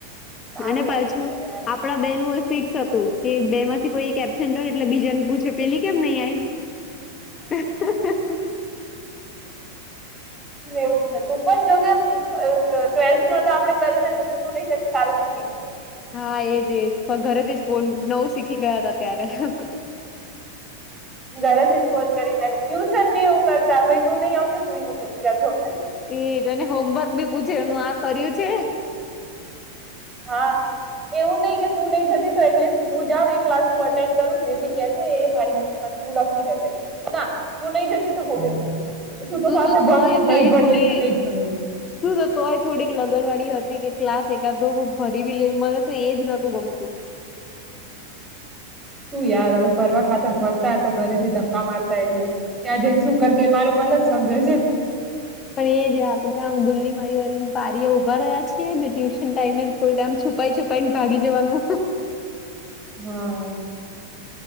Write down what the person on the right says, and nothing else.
સારું
હતું એ યાર
એવું હતું પણ જો ને ટ્વેલ્થમાં તો આપડે કરીને જ તું નઈ જતી સારું કોઈ નઈ જતું
ઘરેથી ફોન કરી ના ટ્યુશન બી એવું કરતા ભ તું નહી આવતીું હઈ નઈ જતી જાજો
હા એવું નહી કે તું નહી જતી તો એટલીસ્ટ હું જાઉ એ ક્લાસ હું એટેન્ડ કરું જે બી કેસે મા તું લખી લેજે ના તું નહી જતી તો હોભી નઈ જેતી શું
તો સાથે ભણશું
નહી
ભણીએ
તો નહી ભણીએ
શું યાર હવે ભરવા ખાતર ભરતા તો ઘરે થી ઘ કા મારતા એટલે ત્યાં જને શું કરતી મારું મન જ સમજે છે
હા